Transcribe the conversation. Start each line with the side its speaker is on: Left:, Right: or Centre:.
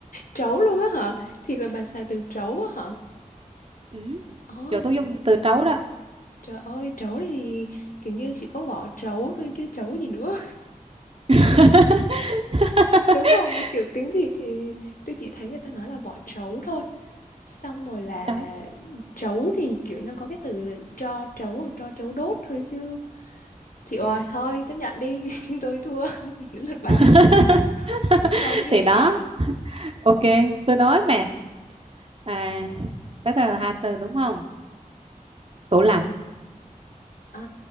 Left: trấu luôn á hả thiệt là bà xài từ trấu á hả
Right: Ừ.
Left: ồ
Right: Rồi tôi dùng từ trấu đó.
Left: trời ơi trấu thì kiểu như chỉ có vỏ trấu thôi chứ trấu gì nữa
Right: <laughs>
Left: <laughs> đúng không kiểu tiếng Việt thì tôi chỉ thấy người ta nói là vỏ trấu thôi xong rồi là
Right: Trấu.
Left: trấu thì kiểu nó có cái từ là tro trấu hoặc tro trấu đốt thôi chứ Chị ơi,
Right: Ừ.
Left: thôi chấp nhận đi, <laughs> tôi thua, <laughs> đến lượt bà.
Right: <laughs>
Left: Một không he.
Right: Thì đó, ok, tôi nói mà. à bắt đầu là hai từ đúng không tủ lạnh
Left: À,